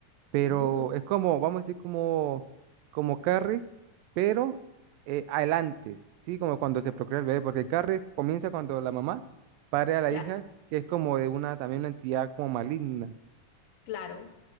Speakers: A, on the right; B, on the left.
A: pero
B: Mm,
A: es como, vamos a decir, como, como Carrie, pero eh, al antes, ¿sí? Como cuando se procrea el bebé, porque el Carrie comienza cuando la mamá pare a la
B: cla-
A: hija, que es como de una, también una entidad como maligna.
B: claro,